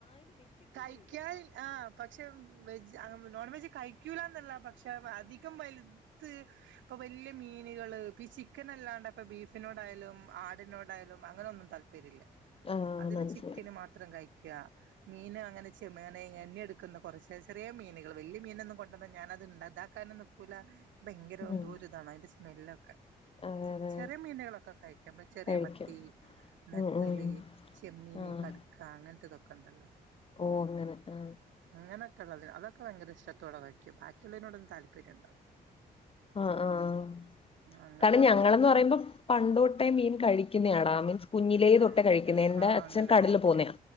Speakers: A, on the right; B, on the left.
A: യ്ക്കൻ ആഹ പക്ഷെ വെജ് നോൺ വെജ് കഴിക്കൂല എന്നല്ല പക്ഷെ അധികം വലുത് ഇപ്പ വലിയ മീനുകള് ചിക്കൻ അല്ലാണ്ട് ഇപ്പൊ ബീഫിനോടായാലും ആടിനോടായാലും അങ്ങനെ ഒന്നും താല്പര്യമില്ല
B: ആഹ്
A: അതില്
B: മനസ്സിലായി
A: ചിക്കന് മാത്രം കഴിക്കുക മീന അങ്ങനെ ചെമേനങ്ങന്നെ എടുക്കുന്ന കുറച്ച ചെറിയ മീനുകൾ വലിയ മീനൊന്നും കൊണ്ടുവന്ന ഞാന അത് ഇണ്ട് അതാക്കാനും നിക്കൂല ഭയങ്കര എന്തോ
B: ഉം
A: ഇതാണ് അതിന്റെ സ്മെല്ലൊക്കെ
B: അതെ അതെ
A: ചെറിയ മീനകളൊക്കെ കഴിക്ക ചെറിയ
B: കഴിക്കും
A: മത്തി നത്തല്
B: ഉം ഉം
A: ചെമ്മീനി
B: ആഹ്
A: ക ടുക്ക അങ്ങനത്തെ ഇതൊക്കെ ഉണ്ടല്ലോ
B: ഓ അങ്ങനെ ആ
A: അങ്ങനെയൊക്കെ ഉള്ളത് അതൊക്കെ ഭയങ്കര ഇഷ്ടത്തോടെ വയ്ക്കും ബാക്കിയുള്ളതിനോട ഒന്ന് താല്പര്യം ഉണ്ടാവല
B: ആ ആ <unintelligible>
A: അങ്ങനൊരു
B: ഞങ്ങളെന്ന്
A: അപ്പൊ
B: പറയുമ്പം പണ്ടു തൊട്ടേ മീൻ കഴി ക്കിന്നെയാടാ മീൻസ് കുഞ്ഞിലേ
A: ആഹ്
B: തൊട്ടെ കഴിക്ക്ന്നെ
A: ആഹ്
B: എന്റെ
A: ആഹ്
B: അച്ഛൻ
A: അങ്ങനെ
B: കടിലിൽ
A: കഴിക്കുന്നു
B: പോവുന്നെയാ